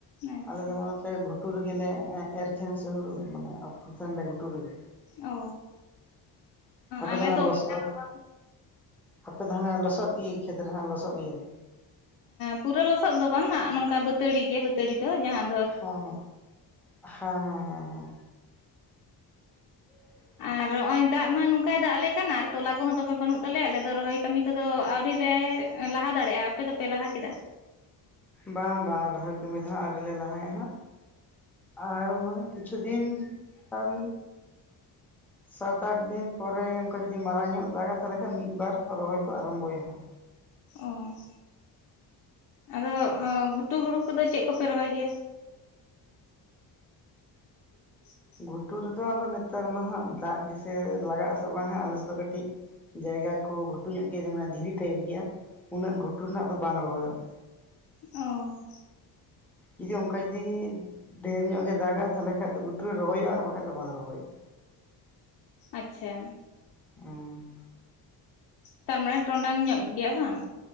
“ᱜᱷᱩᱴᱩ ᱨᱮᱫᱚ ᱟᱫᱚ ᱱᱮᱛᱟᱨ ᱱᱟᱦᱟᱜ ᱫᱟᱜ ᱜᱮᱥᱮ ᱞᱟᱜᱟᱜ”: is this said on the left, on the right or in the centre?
Centre